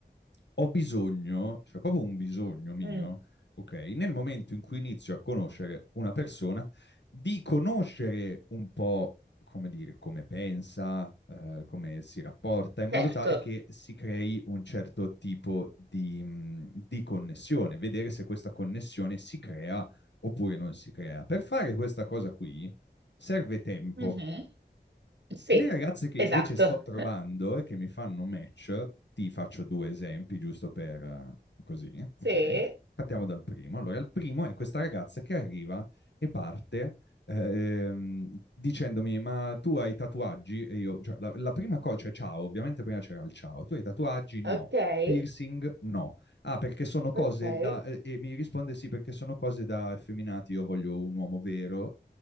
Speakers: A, on the left (about 85°); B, on the right (about 85°).
A: ho bisogno, cioè proprio un bisogno mio,
B: mm,
A: ok, nel momento in cui inizio a conoscere una persona, di conoscere un po' come dire, come pensa, eh, come si rapporta, in modo
B: certo,
A: tale che si crei un certo tipo di, mh, di connessione, vedere se questa connessione si crea oppure non si crea. Per fare questa cosa qui serve tempo,
B: mhm, sì,
A: le ragazze che
B: esatto,
A: invece sto trovando e che mi fanno match, ti faccio due esempi giusto per eh, così,
B: sì,
A: ok? Partiamo dal primo. Allora, il primo è questa ragazza che arriva e parte ehm, dicendomi: Ma tu hai tatuaggi? E io, cioè, la, la prima cosa, cioè, ciao, ovviamente prima c'era il ciao, tu hai tatuaggi?
B: ok,
A: No. Piercing? No. Ah, perché sono cose
B: ok,
A: da... eh, E mi risponde sì, perché sono cose da effeminati, io voglio un uomo vero